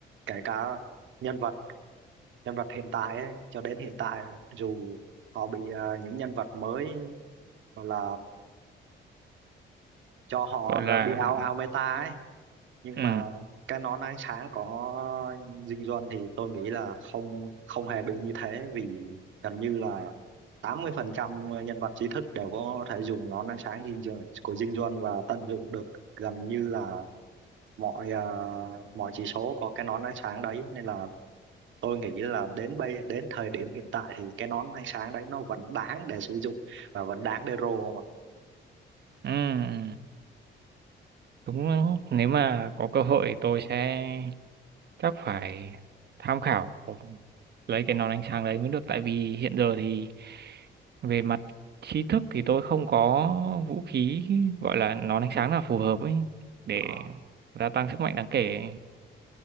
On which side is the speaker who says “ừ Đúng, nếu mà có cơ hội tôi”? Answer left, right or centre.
Right